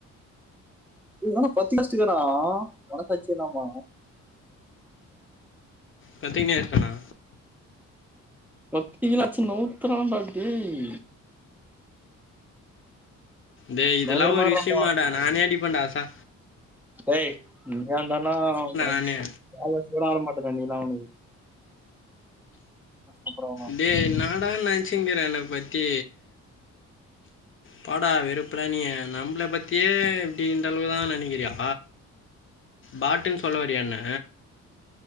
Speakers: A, in the centre; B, on the left (about 40°).
A: ஏ இவே என்னா <unintelligible> மனசாட்சியில்லாம
B: பிரத்திங்னெ ஆய்ட்டன்னா
A: பப்ஜிகள அடிச்சு நவூத்ராண்டா டேய்
B: டே இதெல்லா
A: பயங்கரமா
B: ஒரு
A: இருந்தா
B: விஷயமாடா நானே அடிப்பன்டா சா
A: எய் நீயந்தானா அவ் அவ்
B: நானே
A: கால் வாசி கூட ஆட மாட்டடா நீலா அவனுக்கு அப்புறம்
B: டேய் நான் என்னா நெனச்சுங்கிற என்ன பத்தி போடா வெறுப்புடா நீ நம்பள பத்தியே இப்டின்றளவு தா நெனக்கிறியா பாட்டுன் சொல்ல வர்றியா என்ன